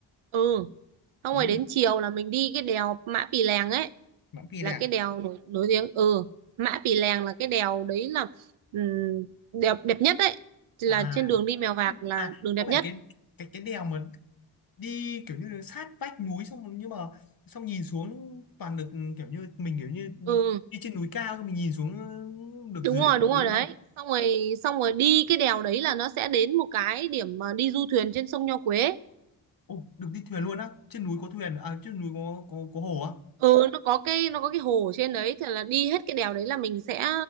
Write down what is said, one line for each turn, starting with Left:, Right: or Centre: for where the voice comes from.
Right: ừ, xong
Left: ý
Right: rồi đến chiều là mình đi cái đèo Mã Pì Lèng ấy,
Left: Mãn Kỳ
Right: là
Left: đây
Right: cái
Left: à?
Right: đèo nổi nổi tiếng ừ, Mã Pì Lèng là cái đèo đấy là ừ, đẹp đẹp nhất đấy, là
Left: à
Right: trên đường đi Mèo Vạc là
Left: à
Right: đường đẹp
Left: có phải
Right: nhất.
Left: cái cái cái đèo mà đi kiểu như sát vách núi xong rồi- nhưng mà xong nhìn xuống toàn được kiểu như mình kiểu như
Right: Ừ,
Left: đi trên núi cao xong mình nhìn xuống được
Right: đúng
Left: dưới
Right: rồi,
Left: bên
Right: đúng
Left: dưới
Right: rồi đấy.
Left: không?
Right: Xong rồi xong rồi đi cái đèo đấy là nó sẽ đến một cái điểm mà đi du thuyền trên sông Nho Quế.
Left: Ồ, được đi thuyền luôn á, trên núi có thuyền, à trên núi có có có hồ á.
Right: ừ nó có cái nó có cái hồ ở trên đấy thì là đi hết cái đèo đấy là mình sẽ